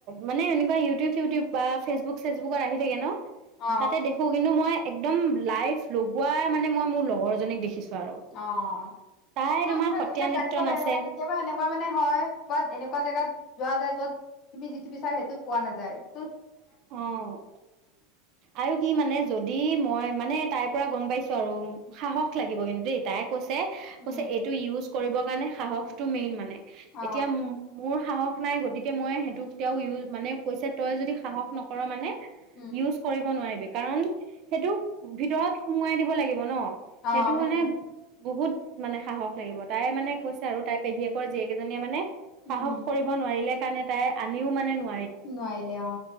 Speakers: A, on the right (about 35°); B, on the left (about 30°).
A: মানে এনেকুৱা ইউটিউব, চিউটিউব বা ফেচবুক, চেচবুকত আহি থাকে ন?
B: অ
A: তাতে দেখো কিন্তু মই একদম লাইভ লগোৱা মানে, মই মোৰ লগৰজনীক দেখিছো। আৰু
B: অ',
A: তাই
B: নাই
A: তোমাৰ
B: পিছে
A: সত্ৰীয়া
B: এইবিলাক
A: নৃত্য
B: জানিব লাগে
A: নাচে
B: নহয় কেতিয়াবা এনেকুৱা মানে হয় কবাত এনেকুৱা জেগাত যোৱা যায়, য'ত তুমি যিটো বিছাৰা সেইটো পোৱা নাযায় ত'ত
A: অ' আৰু কি মানে, যদি মই মানে তাইৰ পৰা গম পাইছো আৰু, সাহস লাগিব কিন্তুে দেই তাই কৈছে,
B: উম
A: কৈছে এটো ইউজ কৰিব মানে, সাহসটো মেইন মানে।
B: অ
A: এতিয়া, মোৰ সাহস নাই, গতিকে মই, সেটো তেওঁ ইউ মানে কৈছে, তই যদি সাহস নকৰ মানে
B: উম
A: ইউজ কৰিব নোৱাৰিবি। কাৰণ, সেইটো ভিতৰত সুমোৱাই দিব লাগিব ন?
B: অ
A: সেইটো
B: সেইটোয়ে
A: মানে, বহুত মানে সাহস লাগিব, তাই মানে কৈছে আৰু তাইৰ পেহীয়েকৰ জীয়েকেইজনীয়ে মানে সাহস
B: উম উম
A: কৰিব নোৱাৰিলে সেই কাৰণে তাই, আনিও মানে নো
B: নোৱাৰিলে অ!